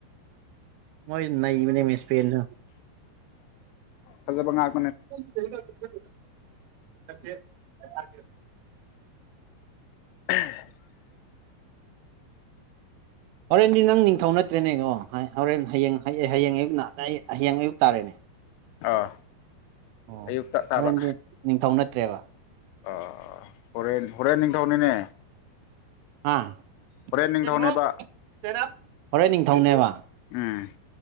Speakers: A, on the right (about 85°); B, on the left (about 85°).
A: ꯃ ꯅ ꯏꯅꯦ ꯃꯤꯁ ꯄꯅ
B: ꯑ ꯐꯕꯉꯥ
A: <unintelligible>
B: <unintelligible>
A: ꯍꯣꯔꯦꯟꯗꯤ ꯅꯪ ꯅꯤꯡꯊꯧ ꯅꯠꯇ꯭ꯔꯦꯅꯦꯀꯣ ꯍꯌ‌ꯦ ꯍꯣꯔꯦꯟ ꯍꯌꯦꯡ ꯍꯌꯦꯡ ꯑꯌꯨꯛ ꯅꯥ ꯑꯩ ꯍꯌꯦꯡ ꯑꯌꯨꯛ ꯇꯥꯔꯦꯅꯦ
B: ꯑꯥ
A: ꯑꯣ
B: ꯑꯌꯨꯛꯇ ꯇꯥꯕ
A: ꯍ‌ꯣꯔ‌ꯦꯟꯗꯤ ꯅꯤꯡꯊꯧ ꯅꯠꯇ꯭ꯔꯦꯕ
B: ꯑꯥ ꯍꯣꯔꯦꯟ ꯍꯣꯔꯦꯟ ꯅꯤꯡꯊꯧꯅꯤꯅꯦ
A: ꯍꯥ <unintelligible>
B: ꯍꯣꯔꯦꯟ ꯅꯤꯡꯊꯧꯅꯦꯕ
A: ꯍꯣꯔꯦꯟ ꯅꯤꯡꯊꯧꯅꯦꯕ
B: ꯎꯝ